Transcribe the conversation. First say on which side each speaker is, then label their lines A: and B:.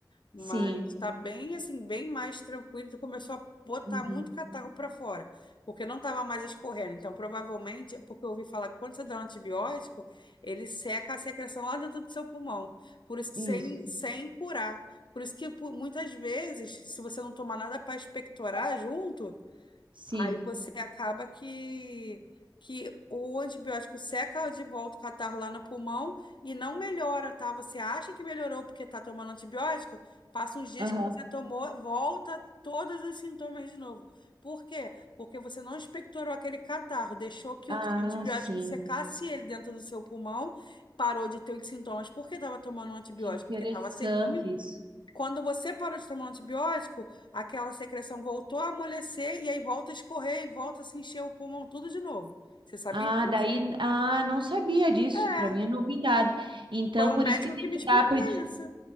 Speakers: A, on the left (about 75°); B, on the right (about 80°).
A: Mas
B: Sim.
A: tá bem assim, bem mais tranquilo. Tu começou a botar
B: Uhum.
A: muito catarro para fora, porque não tava mais escorrendo. Então, provavelmente, é porque eu ouvi falar que quando você dá um antibiótico, ele seca a secreção lá dentro do seu pulmão, por isso que
B: Isso.
A: sem, sem curar. Por isso que pu- muitas vezes, se você não tomar nada para expectorar junto,
B: Sim.
A: Aí você acaba que, que o antibiótico seca de volta o catarro lá no pulmão e não melhora, tá? Você acha que melhorou porque tá tomando antibiótico, passa uns dias
B: Aham.
A: que você tomou, volta todos os sintomas de novo. Por quê? Porque você não expectorou aquele catarro, deixou que
B: Ah,
A: o antibiótico
B: sim.
A: secasse ele dentro do seu pulmão, parou de ter os sintomas porque estava tomando um antibiótico,
B: Que Interessante
A: porque estava sequinho
B: isso.
A: quando você parou de tomar um antibiótico, aquela secreção voltou a amolecer e aí volta a escorrer e volta a se encher o pulmão tudo de novo. Você sabia
B: Ah,
A: disso?
B: daí, ah, não sabia disso.
A: É,
B: Para mim é novidade. Então,
A: foi um
B: por
A: médico
B: isso que tem
A: que me
B: que
A: explicou
B: dar predi...
A: isso.